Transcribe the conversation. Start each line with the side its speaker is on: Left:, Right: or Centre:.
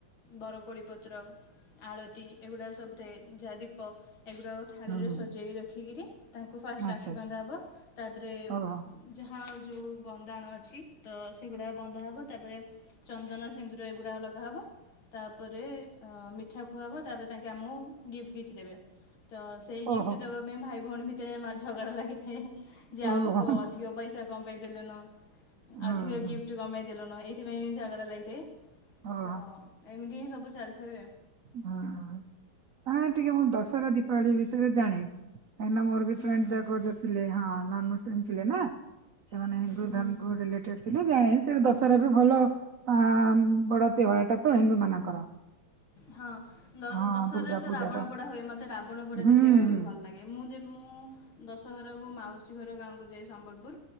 Left: ବରକୋଳି ପତ୍ର ଆଳତି ଏଗୁଡ଼ାକ ସବୁ ଥାଏ ଯାହା ଦୀପ ଏଗୁଡ଼ା ଥାଳିରେ
Right: ହୁଁ।
Left: ସଜେଇ ରଖିକିରି ତାଙ୍କୁ ଫାଷ୍ଟ
Right: ଆଚ୍ଛା
Left: ଆକ୍ଷୀ
Right: ଆଚ୍ଛା
Left: ବାନ୍ଧା ହେବ ତାପରେ
Right: ଓହୋ
Left: ଯାହା ଯେଉଁ ବନ୍ଦାଣ ଅଛି ତ ସେଗୁଡ଼ାକ ବନ୍ଦ ହବ ତାପରେ ଚନ୍ଦନ ସିନ୍ଦୁର ଏଗୁଡ଼ାକ ଲଗାହେବ। ତାପରେ ମିଠା ଖୁଆହେବ ତାପରେ ତାଙ୍କେ ଆମକୁ ଗିଫ୍ଟ କିଛି ଦେବେ। ତ ସେଇ
Right: ଓହୋ
Left: ଗିଫ୍ଟ ଦବା ପାଇଁ ଭାଇ ଭଉଣୀ ଭି ମା ଝଗଡ଼ା ଲାଗିଥାଏ। ଯେ
Right: ଓହୋ
Left: ଆମକୁ ଅଧିକ ପଇସା କମ୍ଇ ଦେଲେନ
Right: ହୁଁ
Left: ଅଧିକ
Right: ହୁଁ
Left: ଗିଫ୍ଟ କଣ ପାଇ ଦେଲୁ ନୁଁ ଏଇଥିପାଇଁ ବି ଝାଗଡ଼ା ଲାଗିଥାଏ
Right: ଓହୋ
Left: ତ ଏମିତି ହିଁ ସବୁ ଚାଲିଥିବେ
Right: ହଁ ହ ଟିକେ ମୁଁ ଦଶହରା ଦୀପାବଳି ବିଷୟରେ ଜାଣେ କାଁହିଁକି ନା ମୋର ବି
Left: ହୁଁ
Right: ଫ୍ରେଣ୍ଡସ୍ ଯାକ ଥିଲେ ହଁ। ମାନୁସ୍ <unintelligible> ଥିଲେ ନା ସେମାନେ ହିନ୍ଦୁ
Left: ହୁଁ
Right: ଧର୍ମ କ ରିଲେଟେଡ ଥିଲେ ଜଣେଶ ସେ ଦଶହରା ବି ଭଲ ଅ ବଡ ତେହ୍ୱାରଟା ତ ହିନ୍ଦୁ ମାନଙ୍କର।
Left: ହଁ ଦସ୍
Right: ହଁ
Left: ଦଶହରାରେ
Right: ଦୁର୍ଗା
Left: ତ
Right: ପୂଜା
Left: ରାବଣ
Right: ଟା
Left: ପୋଡା ହୁଏ। ମତେ ରାବଣ ପୋଡା
Right: ହୁଁ
Left: ଦେଖିବା ପାଇଁ
Right: ହୁଁ।
Left: ଭଲ ଲାଗେ ମୁଁ ଯେ ମୁଁ ଦଶହରାକୁ ମାଉସୀ ଘର ଗାଁକୁ ଯାଏ ସମ୍ବଲପୁର।